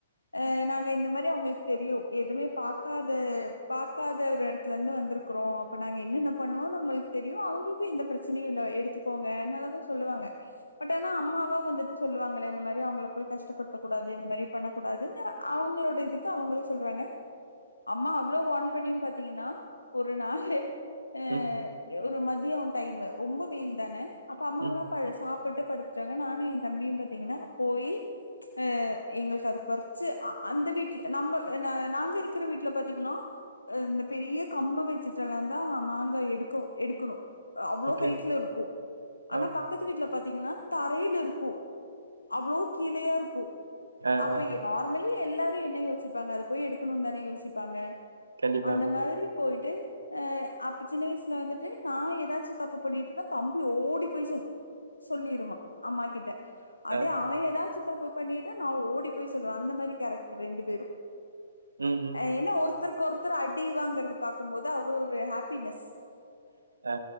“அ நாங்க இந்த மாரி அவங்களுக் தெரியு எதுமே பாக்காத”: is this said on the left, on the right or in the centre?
Left